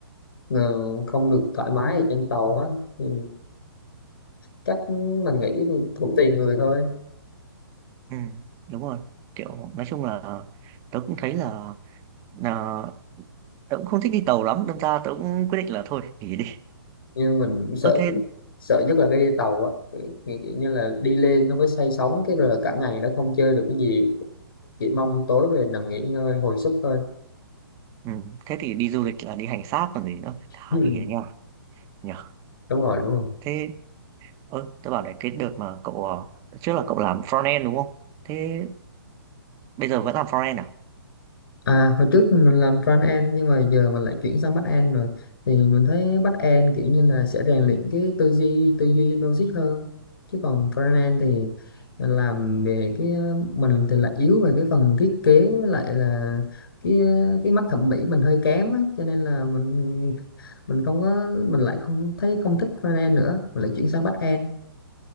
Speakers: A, on the left (about 65°); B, on the right (about 25°).
A: ờ, không được thoải mái ở trên tàu á ừ. chắc mình nghĩ thì cũng tùy người thôi
B: ừ, đúng rồi kiểu nói chung là tớ cũng thấy là, là tớ cũng không thích đi tàu lắm đâm ra tớ cũng quyết định là thôi nghỉ đi
A: nhưng mình cũng sợ
B: Ơ thế
A: sợ nhất là cái đi tàu á kiểu, kiểu kiểu như là đi lên xong cái say sóng cái rồi là cả ngày nó không chơi được cái gì chỉ mong tối về nằm nghỉ ngơi hồi sức thôi
B: ừ, thế thì đi du lịch là đi hành xác còn gì nữa thà
A: <laughs> ừ.
B: nghỉ nha nhở
A: đúng rồi đúng rồi
B: thế Ơ, tớ bảo này cái đợt mà cậu ờ, đợt trước là cậu làm front end đúng không? Thế bây giờ vẫn làm front end à?
A: À, hồi trước thì mình làm front end nhưng mà giờ mình lại chuyển sang back end rồi thì mình thấy back end kiểu như là sẽ rèn luyện cái tư duy tư duy logic hơn chứ còn front end thì làm về cái mình thì lại yếu về cái phần thiết kế với lại là cái cái mắt thẩm mỹ mình hơi kém á cho nên là mình mình không có mình lại không thấy không thích front end nữa mình lại chuyển sang back end